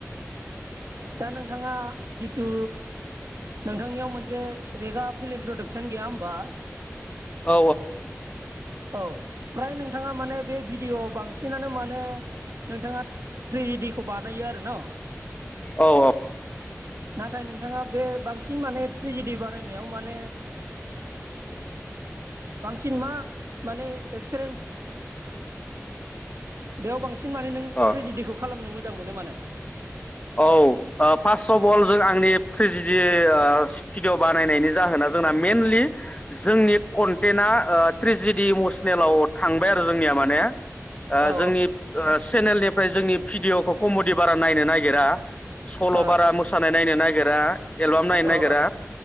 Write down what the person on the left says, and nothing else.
औ
औ औ
औ
औ फास बल आंनि ट्रेजिडि भिडिअ बानायनायनि जाहोना जोंना मेनलि जोंनि कन्टेन्टआ ओ ट्रिजिडि इमसनेलाव थांबाय आरो जोंनिया माने
जोंनि ओ चेनेलनिफ्राय जोंनि भिडिअखौ कमडि बारा नायनो नागि दा सल
बारा मोसानाय नायनो नागिरा एलबाम नायनो नागिरा